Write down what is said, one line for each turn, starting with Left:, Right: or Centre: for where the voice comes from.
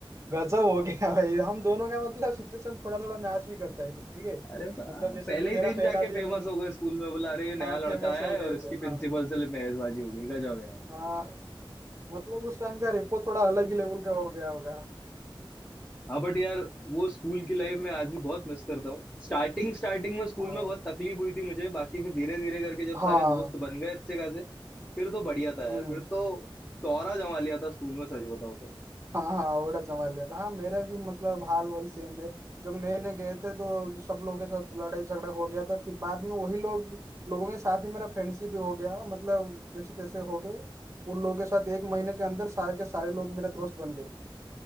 Right: गजब हो गया भाई हम दोनों का मतलब सिचुएशन थोड़ा थोड़ा मैच भी करता है ठीक है
Left: अरे बा-
Right: मतलब जैसे
Left: पहले
Right: कि
Left: ही
Right: मेरा
Left: दिन
Right: पहला
Left: जाके
Right: दिन
Left: फेमस हो गए स्कूल में बोला अरे ये नया
Right: हाँ
Left: लड़का
Right: फेमस
Left: आया
Right: हो
Left: है
Right: गए
Left: और इसकी
Right: थे
Left: प्रिंसिपल
Right: हाँ
Left: से मेहजबाजी हो गई गजब यार
Right: हाँ मतलब उस टाइम का रेपो थोड़ा अलग ही लेवल का हो गया होगा
Left: हाँ बट यार वो स्कूल की लाइफ में आज भी बहुत मिस करता हूँ स्टार्टिंग स्टार्टिंग में स्कूल
Right: हाँ
Left: में बहुत तकलीफ हुई थी मुझे बाकी फिर धीरे धीरे करके जब
Right: हाँ
Left: सारे दोस्त बन गए अच्छे खासे फिर तो बढ़िया था यार
Right: हम्म
Left: फिर तो तौरा जमा लिया था स्कूल में सच बताओ तो
Right: हाँ हाँ औरत संभाल लिया था हाँ मेरा भी मतलब हाल वही सेम है जब नए नए गए थे तो सब लोगों के साथ लड़ाई झगड़ा हो गया था फिर बाद में वही लोग लोगों के साथ ही मेरा फ्रेंडशिप भी हो गया मतलब जैसे तैसे हो गए उन लोगों के साथ एक महीने के अंदर सारे के सारे लोग मेरे दोस्त बन गए